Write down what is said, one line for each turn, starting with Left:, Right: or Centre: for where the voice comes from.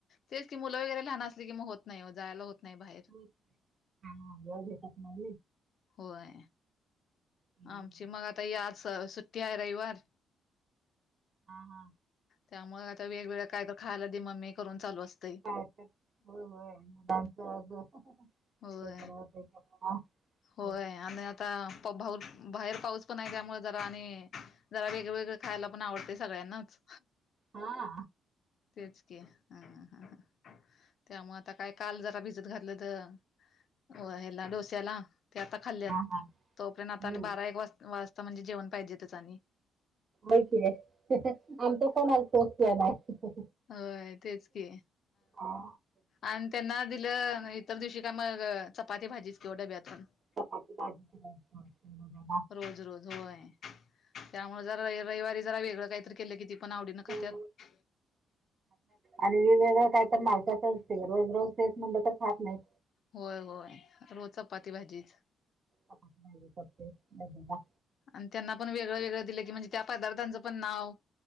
Left: तेच की मुलं वगैरे लहान असले की मग होत नाही जायला होत नाही बाहेर.
Right: होत हा बलेप म
Left: होय
Right: ना
Left: आमची मग आता याज सुट्टी आहे रविवार
Right: हा हा.
Left: त्यामुळे आता वेगवेगळ्या काही तर खायला दि म्मी करून चालू असतं.
Right: काय तर हो होयजू ते
Left: होय.
Right: तरवा तेप
Left: होय आणि आता प भाऊ बाहेर पाऊस पण आहे त्यामुळे जरा आणि जरा वेगळवेेगळं खायला पण आवडते सगळ्यांनाच
Right: हा.
Left: तेच क हा हा हा ह. त्यामु आता काय काल जरा भिजत घातलं तर ह्याला डोस्याला ते आता खाल्लीत
Right: हा हा
Left: तोपर्यंत
Right: हम्म
Left: आता आणि बारा एक वाज वाज म्हणजे जेवण पाहिजे त्याच आणि
Right: ऐक आहे आमचा पण आज पोचल्या नाही.
Left: होय तेच की
Right: हा.
Left: आणि त्यांना दिलं इतर दिवशी काय मग चपाती भाजीच किंवा डब्यातून
Right: चपा भाजी क
Left: रोज रोज होय त्यामुळे जर रविवारी जरा वेगळं काहीत केलं किती? पण आवडीनं खात्यात.
Right: हम्म. आणि वेगवेगळं काय तर मालताच असते रोज रोज तेच म्हणलं तर खात नाहीत.
Left: होय होय रोज चपाती भाजीच
Right: चपाती भाजी करते ला.
Left: आणि त्यांना पण वेगळं वेगळं दिलं की म्हणजे त्या पदार्थांचं पण नाव